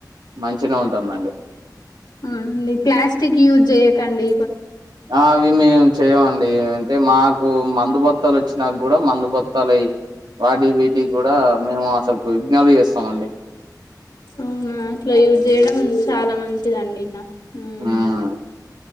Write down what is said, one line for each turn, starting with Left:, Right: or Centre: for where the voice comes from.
Right: మంచిగానే ఉంటుందండి.
Left: ఉమ్ ఈ ప్లాస్టిక్ యూజ్ చెయ్యకండి.
Right: అవి మేము చెయ్యమండి. అంటే మాకు మందుబొత్తాలు ఇచ్చినాక కూడా మందుబొత్తాలై. వాటికి వీటికి కూడా మేము అసలు ఇగ్నోర్ చేస్తామండి.
Left: అవునా అట్లా యూజ్ చేయడం చాలా మంచిదండి ఇక ఉమ్.
Right: మ్మ్